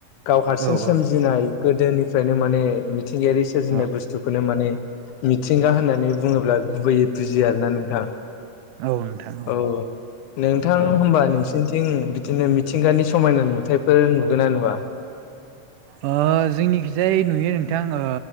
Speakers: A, on the left; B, on the right.
A: गाव हारसिं
B: औ
A: सोमजिनाय
B: औ
A: गोदोनिफ्रायनो माने मिथिंगायारि सोरजिनाय
B: औ
A: बुस्थुखौनो माने मिथिंगा होननानै बुङोब्ला गुबैयै बुजि आरोना नोंथां
B: औ नोंथां
A: औ नोंथां
B: औ औ
A: होमबा नोंसिनि थिं बिदिनो मिथिंगानि समायना नुथाइफोर नुगोना नुआ?
B: ओ जोंनिखिजाय नुयो नोंथां ओ